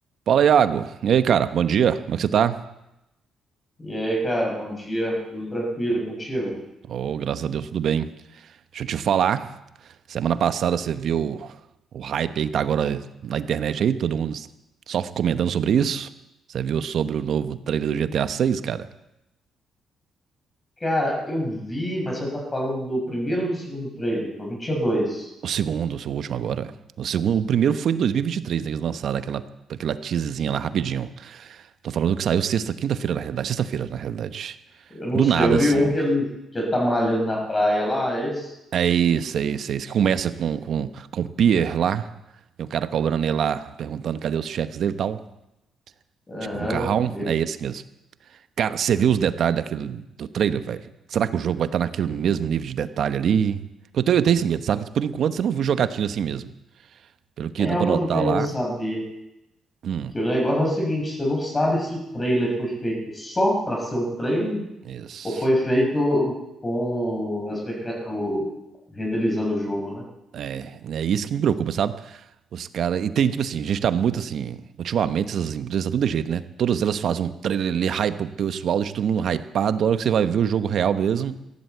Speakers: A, on the right (about 60°); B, on the left (about 25°).
A: Fala, Iago. E aí, cara? Bom dia. Como é que você tá?
B: E aí, cara, bom dia, tudo tranquilo e contigo?
A: Oh, graças a Deus, tudo bem. Deixa eu te falar. Semana passada você viu o hype aí que tá agora na internet aí, todo mundo só comentando sobre isso. Você viu sobre o novo trailer do GTA 6, cara?
B: Cara, eu vi, mas você tá falando do primeiro ou do segundo trailer, que eu vi tinha dois.
A: O segundo, o último agora, velho. O segundo, o primeiro foi em 2023, né, que eles lançaram aquela aquela teaserzinha lá rapidinho. Tô falando que saiu sexta, quinta-feira na realidade, sexta-feira na realidade.
B: Eu não
A: Do
B: sei,
A: nada
B: eu vi
A: assim.
B: um que ele, que ele tá malhando na praia lá, é esse?
A: É isso, é isso, é isso. Que começa com, com, com o Pierre lá, e o cara cobrando ele lá, perguntando cadê os cheques dele e tal.
B: Aham,
A: Chega um carrão,
B: ele.
A: é esse mesmo. Cara, você viu os detalhes daquele, do trailer, velho? Será que o jogo vai estar naquele mesmo nível de detalhe ali? Eu tenho, eu tenho esse medo, sabe? Que por enquanto você não viu jogatina assim mesmo. Pelo que
B: É
A: dá
B: o
A: pra
B: que
A: notar
B: eu tô querendo
A: lá.
B: saber.
A: Hum,
B: Que o negócio é o seguinte, você não sabe se o trailer foi feito só pra ser um trailer
A: isso.
B: ou foi feito com as meca... o... renderizando o jogo, né?
A: É, né, é isso que me preocupa, sabe? Os caras. E tem, tipo assim, a gente tá muito assim. Ultimamente, essas empresas tá tudo de jeito, né? Todas elas fazem um trailer ali, hype pro pessoal, deixa todo mundo hypado. A hora que você vai ver o jogo real mesmo,